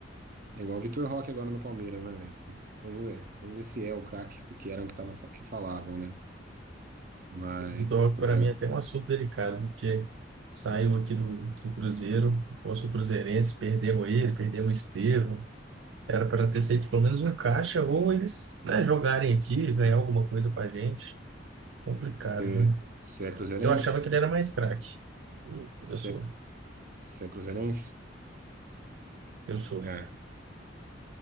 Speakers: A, on the right (about 50°); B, on the right (about 75°).
A: é igual o Vitor Roque agora no Palmeiras, né, velho? Se- Vamos ver. Vamos ver se é o craque que eram que, tava, fa- que falavam, né? Mas,
B: Vitor, Roque,
A: porque
B: para mim,
A: é,
B: é até um assunto delicado, porque saiu aqui do, do Cruzeiro, eu sou cruzeirense, perdemos ele, perdemos o Estevão. Era para ter feito pelo menos um caixa, ou eles, né, jogarem aqui, ganhar alguma coisa para a gente. Complicado,
A: você
B: né?
A: você é cruzeirense?
B: Eu achava que ele era mais craque. Eu eu
A: Você
B: sou,
A: você é cruzeirense?
B: eu sou.
A: É.